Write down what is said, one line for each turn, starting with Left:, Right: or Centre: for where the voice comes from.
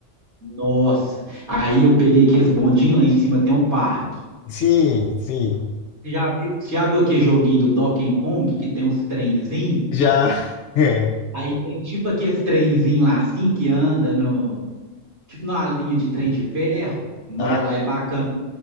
Right: Nossa! Aí eu peguei aqueles bondinhos, lá em cima tem um parque.
Left: Sim, sim.
Right: Você já viu, você já viu aquele joguinho do Donkey Kong que tem uns trenzinhos?
Left: Já. <laughs> É.
Right: Aí tem tipo aqueles trenzinhos lá assim que anda no. Tipo numa linha de trem de ferro. Nó,
Left: Ah,
Right: lá é bacana.